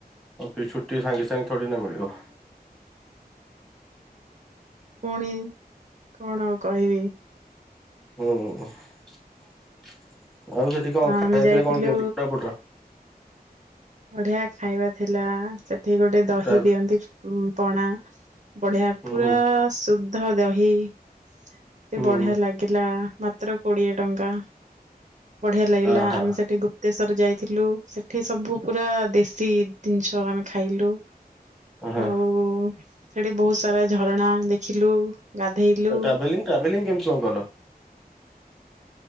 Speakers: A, in the centre; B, on the right.
A: ଅଫିସ ଛୁଟି ସାଙ୍ଗେ ସାଙ୍ଗେ ଥୋଡି ନା ମିଳିବ।
B: ପୁଣି କଣ ଆଉ କହିବି?
A: ହୁଁ ଆଉ ସେଠି କଣ
B: ହଁ
A: ଖାଇବା
B: ଆମେ
A: ପିଇବା
B: ଯାଇଥିଲୁ
A: କଣ କେମିତି କୋରାପୁଟର?
B: ବଢିଆ ଖାଇବା ଥିଲା ସେଠି ଗୋଟେ ଦହି
A: ହୁଁ
B: ଦିଅନ୍ତି ଉଁ ପଣା ବଢିଆ ପୁରା
A: ହୁଁ
B: ଶୁଦ୍ଧ ଦହି ଏତେ
A: ହୁଁ
B: ବଢିଆ
A: ହୁଁ
B: ଲାଗ କିଲା ମାତ୍ର କୋଡିଏ ଟଙ୍କା ବଢିଆ ଲାଗିଲା
A: ଆହା
B: ଆମେ ସେଠି ଗୁ ଗୁପ୍ତେଶ୍ୱର ଯାଇଥିଲୁ ସେଠି ସବୁ ପୁରା ଦେଶୀ ଜିନିଷ ଆମେ ଖାଇଲୁ
A: ଆହା।
B: ଆଉ ସେଠି ବହୁତ ସାରା ଝରଣା ଦେଖି ଖିଲୁ ଗାଧେଇଲୁ
A: ଟ୍ରାଭେଲିଂ ଟ୍ରାଭେଲିଂ କେମିତି କଣ କଲ?